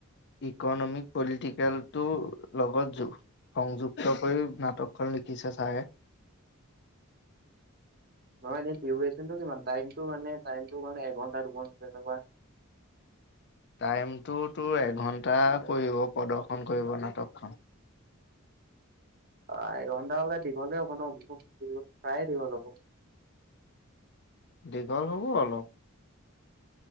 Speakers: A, on the left; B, on the right.
A: ইকনমিক পলিটিকেলতটো লগত জু সংযুক্ত কৰি নাটকখন লিখিছে ছাৰে।
B: নহয় এনে ডিউৰে্যনটো কিমান টাইমটো মানে টাইমটো মানে এঘন্টা দুঘন্টা এনেকুৱা বা।
A: <inaudible> টাইমটো তোৰ এঘণ্টা কৰিব প্ৰদৰ্শন কৰিব নাটকখন।
B: অ' এঘণ্টা হ'লে দীঘলে হ'ব ন' বহুত প্ৰায়ে দীঘল হ'ব।
A: দীঘল হ'ব অলপ।